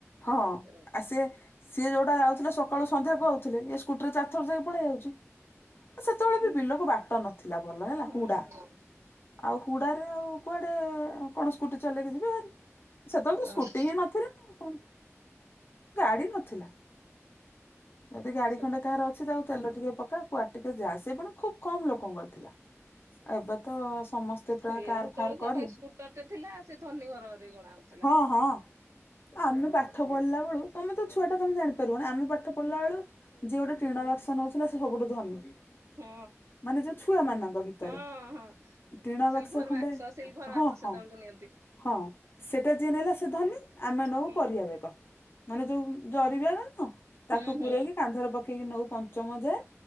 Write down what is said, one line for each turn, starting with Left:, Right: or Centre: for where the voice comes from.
Left: ହଁ
Right: ଆଧୁନିକରେ
Left: ଆଉ
Right: ହଉଛି।
Left: ସିଏ ସିଏ ଯୋଉଟା ଯାଉଥିଲେ ସକାଳୁ ସନ୍ଧାକୁ ଆଉଥିଲେ, ଇଏ ସ୍କୁଟି ରେ ଚାରଥର ଯାଇ ପଳେଇ ଆଉଛି। ସେତେବେଳେ
Right: ହୁଁ
Left: ବି ବିଲକୁ ବାଟ ନଥିଲା, ଭଲ ହେଲା
Right: ହୁଁ
Left: ହୁଡା
Right: ହୁଁ
Left: ଆଉ ହୁଡାରେ, ଆଉ କୁଆଡେ, କଣ ସ୍କୁଟି ଚଲେଇକି ସେତେବେଳେ ତ
Right: ଆ
Left: ସ୍କୁଟି
Right: ହୁଁ
Left: ହିଁ ନଥିଲା। ଗାଡ଼ି ନଥିଲା। ଯଦି ଗାଡି
Right: ସିଏ
Left: ଖଣ୍ଡେ କାହାର ଅଛି, ତାକୁ ତେଲ ଟିକେ ପକା କୁଆଟିକେ ଯାଆ, ସିଏ ବି ପୁଣି ଖୁବ୍ କମ୍ ଲୋକଙ୍କରଥିଲା ଆଉ ଏବେ ତ ସମସ୍ତେ
Right: ସେତେବେଳେ
Left: ପ୍ରାୟ କାର ଫାର
Right: ତା
Left: କରି,
Right: ପାଖେ ସ୍କୁଟର ଟେ ଥିଲା ସେ ଧନୀ ଘରରେ ଗଣା ହଉଥିଲା।
Left: ହଁ ହଁ ଆମେ ପାଠ ପଢିଲା ବେଳୁ, ତମେ ତ ଛୁଆ ଟା ତମେ ଜାଣିପାରିବ ନା ଆମେ ପାଠ
Right: ହଁ
Left: ପଢିଲା ବେଳୁ ଯିଏ ଗୋଟେ ଟ୍ରେନ୍ ଆବଜ୍ ଶୁଣାଉଥିଲା ସେ ସବୁଠୁ ଧନୀ
Right: ହଁ
Left: ମାନେ ଯୋଉ ଛୁଆ ମାନଙ୍କ ଭିତରେ
Right: ହଁ ହଁ
Left: ଟିଣ
Right: ସିଲଭର
Left: ଖଣ୍ଡେ
Right: ବାକ୍ସ ସିଲଭର
Left: ହଁ
Right: ବାକ୍ସ ସେତେବେଳକୁ
Left: ହଁ
Right: ନିଅନ୍ତୁ
Left: ହଁ ସେଟା ଯିଏ ନେଲା ସେ ଧନୀ ଆମେ ନବ
Right: ହୁଁ
Left: ପରିବା ମାନେ ଯୋଉ ଜରିବ
Right: ହୁଁ
Left: ତାକୁ ପକି
Right: ହୁଁ
Left: କାନ୍ଧରେ ପକେଇ ଠୀକ ନଉ ପଞ୍ଚମ ଯାଏ